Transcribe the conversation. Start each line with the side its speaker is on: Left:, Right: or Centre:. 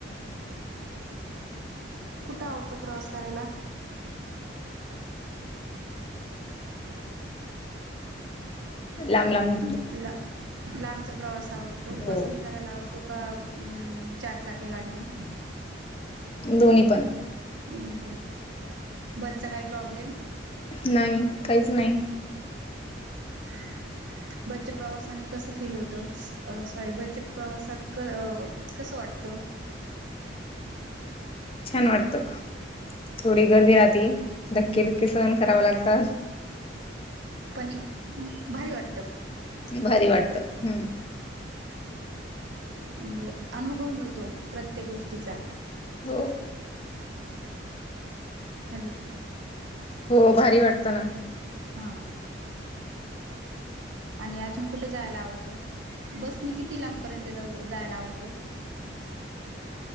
Right: कुठं आवडतो प्रवास करायला
Left: लाम लाम
Right: ला लांबचा प्रवास आवडतो
Left: हो
Right: बसनी करायला आवडतो तो का चार चाके गाडीनी
Left: दो्ही पण
Right: दोन बसचा काय प्रॉब्लेम
Left: नाही काहीच नाही
Right: ह बस प्रवासाने कसं फील होतं सॉरी बस प्रवासात कसं वाटत तो
Left: छान वाटत थोडी गर्दी राहती धक्के
Right: हम्म.
Left: दुक्के सहन कराव लागत तर
Right: पण भारी वाटत
Left: भारी वाटतं हम्म
Right: म्हणजे अनुभव मिळतो प्रत्येक गोष्टीचा
Left: हो
Right: हॅलो
Left: हो भारी वाटतं ना
Right: हा आणि अजून कुठे जायला आवडतं बसनी किती लांबपर्यंत जाऊ जायला आवडतं